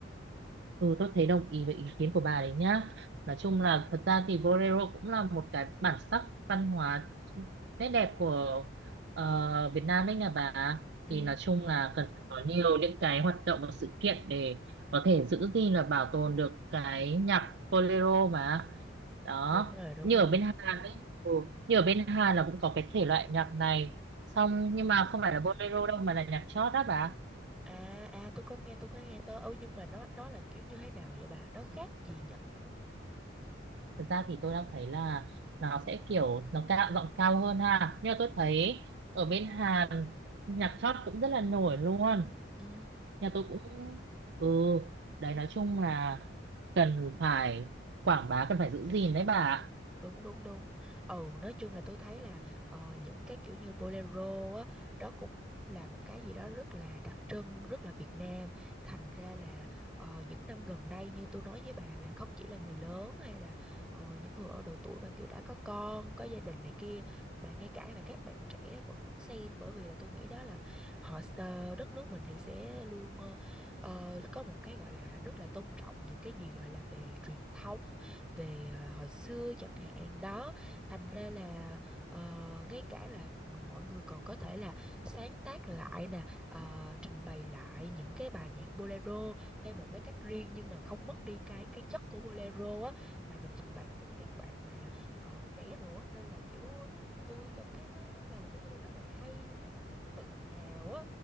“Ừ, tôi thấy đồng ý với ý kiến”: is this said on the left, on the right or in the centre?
Right